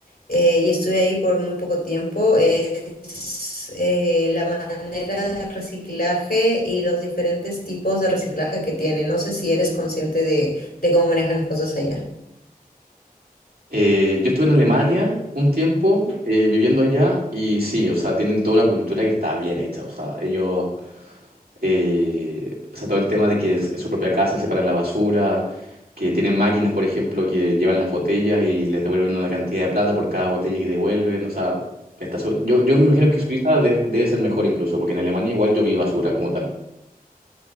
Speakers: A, on the left; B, on the right.
A: eh, y estuve ahí por muy poco tiempo, es eh, la manera de reciclaje y los diferentes tipos de reciclaje que tiene. No sé si eres consciente de, de cómo manejan las cosas allá.
B: Eh, yo estuve en Alemania un tiempo eh, viviendo allá y sí, o sea, tienen toda una cultura que está bien hecha, o sea, ellos... Eh, o sea, todo el tema de que es- en su propia casa separan la basura, que tienen máquinas, por ejemplo, que llevan las botellas y les devuelven una cantidad de plata por cada botella que devuelven. O sea, está su- yo, yo me imagino que Suiza de- debe ser mejor incluso, porque en Alemania igual yo vi basura como tal.